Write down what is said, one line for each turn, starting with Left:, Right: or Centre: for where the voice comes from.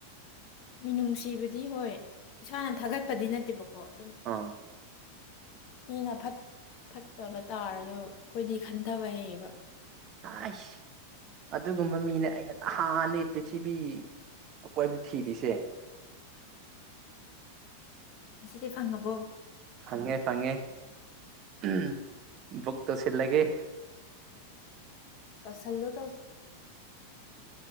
Left: ꯃꯤꯅꯨꯡꯁꯤꯕꯗꯤ ꯍꯣꯏ ꯏꯁꯥꯅ ꯊꯥꯒꯠꯄꯗꯤ ꯅꯠꯇꯦꯕꯀꯣ ꯑꯗꯨꯝ
Right: ꯑꯥ
Left: ꯃꯤꯅ ꯐꯠꯇꯕ ꯇꯥꯔꯁꯨ ꯑꯩꯈꯣꯏꯗꯤ ꯈꯟꯊꯕ ꯍꯩꯌꯦꯕ
Right: ꯑꯁ ꯑꯗꯨꯒꯨꯝꯕ ꯃꯤꯅꯦ ꯑꯩꯅ ꯅꯍꯥꯟꯅꯦ ꯄ꯭ꯔꯤꯊꯤꯕꯤ ꯑꯀꯣꯏꯕꯗ ꯊꯤꯔꯤꯁꯦ
Left: ꯑꯁꯤꯗꯤ ꯐꯪꯉꯕꯣ
Right: ꯐꯪꯉꯦ ꯐꯉꯦ ꯎꯝ ꯣꯛꯛꯇꯁꯤꯂꯒꯦ
Left: ꯇꯁꯜꯂꯣ